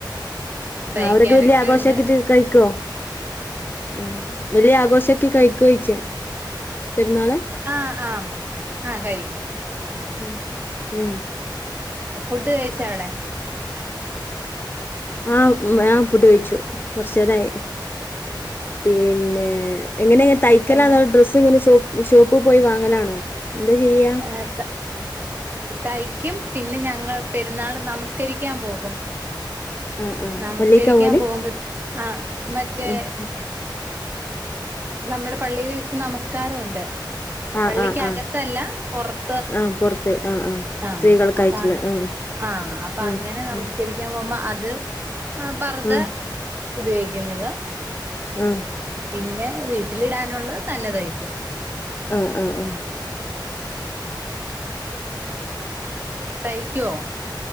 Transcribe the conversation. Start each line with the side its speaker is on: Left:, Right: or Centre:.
Right: തയ്ക്കാനൊക്കെ
Left: ആഹ അവിടൊക്കെ വല്യ ആഘോഷ
Right: ഉണ്ട്
Left: ആക്കിട്ട് കഴിക്കോ ഉം വലിയ ആഘോഷൊക്കെ കഴിക്കെഴിച്ച് പെരുന്നാള്
Right: ആഹ് ആഹ് ആഹ് കഴിക്കും
Left: ഉ ഉം
Right: ഫുഡ് കഴിച്ച അവടെ
Left: ആഹ് ഞാൻ ഫുഡ് കഴിച്ചു കൊറച്ചേരായി പിന്നെ എങ്ങനെ തയ്ക്കലതൊ
Right: എന്ത്
Left: ഡ്രസ്സ് ഇങ്ങനെഷോ ഷോപ്പ് പോയി വാങ്ങലാണോ എന്താ ചെയ്യ
Right: ആ തയ്ക്കും പിന്നെ ഞങ്ങൾ പെരുന്നാൾ നമസ്കരിക്കാൻ പോകും
Left: ആഹ് ആഹ്
Right: നമസ്കരിക്കാൻ
Left: പള്ളിക്കാ പോവല്
Right: പോകുമ്പോ ആ മറ്റേ
Left: ഉം ഉം
Right: നമ്മടെ പള്ളിയിൽ വെച്ച് നമസ്കാരുണ്ട്
Left: ആ
Right: പള്ളിക്ക്
Left: ആ ആ
Right: അകത്തല്ല പൊർത്ത്
Left: ആ പുറത്ത് ആ ആ
Right: ആഹ
Left: സ്ത്രീകൾക്കായിട്ടുള്ള
Right: അപ്പ
Left: ആ
Right: ആഹ അപ്പൊ
Left: ആ
Right: അങ്ങനെ നമു
Left: ഉം,
Right: സ്ക്കരിക്കാൻ പോകുമ്പോ അത് അഹ പർത
Left: ആ
Right: ഉപയോഗിക്കുന്നത്
Left: ഉം
Right: പിന്നെ വീട്ടിലി ഇടാനുള്ളത് തന്നെതയ്യ്ക്കും
Left: ആഹ് ആഹ് ആഹ് ഉം
Right: തയ്ക്കോ